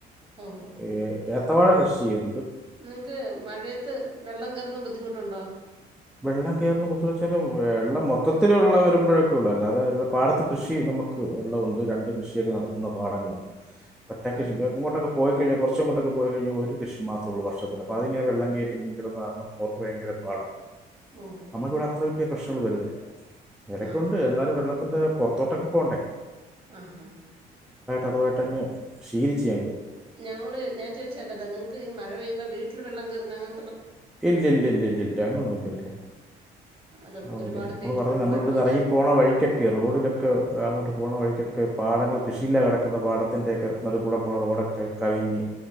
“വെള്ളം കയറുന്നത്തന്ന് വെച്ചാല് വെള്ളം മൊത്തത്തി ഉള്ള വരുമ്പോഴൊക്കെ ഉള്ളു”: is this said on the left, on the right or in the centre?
Centre